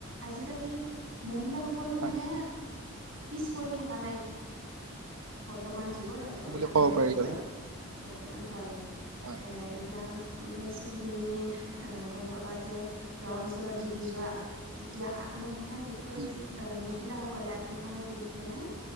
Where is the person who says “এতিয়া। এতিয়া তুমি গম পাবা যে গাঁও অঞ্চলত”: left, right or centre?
Right